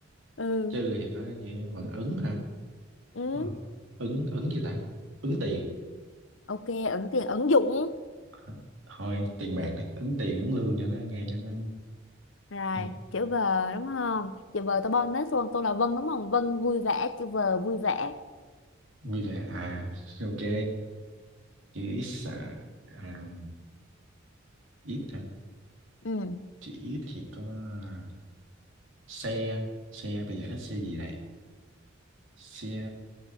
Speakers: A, on the left; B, on the right.
A: Ừ.
B: Chữ thì có chữ bằng ứng hả?
A: Ừ.
B: Ờ. ứng ứng gì ta ứng tiền
A: Ok, ứng tiền ứng dụng.
B: Hả? thôi tiền bạc đi ứng tiền ứng lương cho nó nghe cho nó
A: Rồi,
B: hay.
A: chữ V đúng không? Chữ V tôi bonus luôn, tôi là Vân đúng không? Vân vui vẻ, chữ V vui vẻ.
B: vui vẻ à ok chữ ít à, à, ít hả
A: Ừ.
B: chữ ít thì có à, xe xe bây giờ hết xe gì đây xe